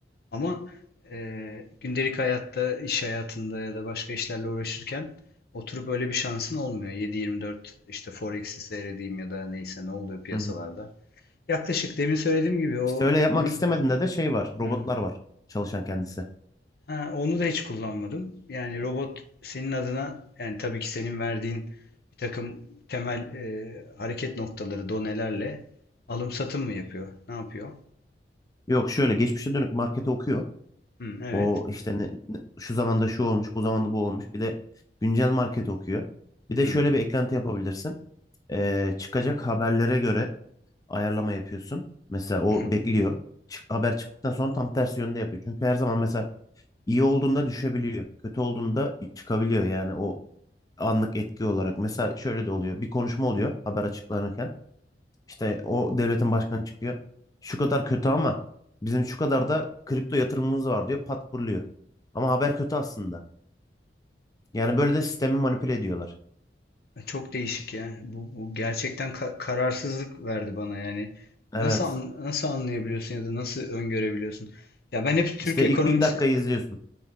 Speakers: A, on the left (about 60°); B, on the left (about 20°).
A: Ama e, gündelik hayatta, iş hayatında ya da başka işlerle uğraşırken oturup öyle bir şansın olmuyor. yedi yirmi dört işte Forex'i seyredeyim ya da neyse ne oluyor piyasalarda.
B: Hı hı.
A: Yaklaşık demin söylediğim gibi o
B: İşte öyle yapmak
A: Hı?
B: istemediğinde de şey var. Robotlar
A: Hı.
B: var çalışan kendisi.
A: Ha, onu da hiç kullanmadım. Yani robot senin adına yani tabii ki senin verdiğin bir takım temel e, hareket noktaları, donelerle alım satım mı yapıyor? Ne yapıyor?
B: Yok şöyle geçmişe dönük marketi okuyor.
A: Hı, evet.
B: O işte ne, ne- şu zamanda şu olmuş, bu zamanda bu olmuş. Bir de güncel market okuyor. Bir de
A: Hı.
B: şöyle bir eklenti yapabilirsin. Ee, çıkacak haberlere göre ayarlama yapıyorsun. Mesela o
A: Hı hı.
B: bekliyor. Çık, haber çıktıktan sonra tam tersi yönde yapıyor. Çünkü her zaman mesela iyi olduğunda düşebiliyor. Kötü olduğunda çıkabiliyor yani o anlık etki olarak. Mesela şöyle de oluyor. Bir konuşma oluyor haber açıklanırken. İşte o devletin başkanı çıkıyor. Şu kadar kötü ama bizim şu kadar da kripto yatırımımız var diyor. Patpurluyor. Ama haber kötü aslında. Yani böyle de sistemi manipüle ediyorlar.
A: Çok değişik ya. Bu, bu gerçekten ka- kararsızlık verdi bana yani. Nasıl
B: Evet.
A: an- nasıl anlayabiliyorsun ya da nasıl öngörebiliyorsun? Ya ben hep Türk
B: İşte
A: ekonomisi.
B: ilk bir dakikayı izliyorsun.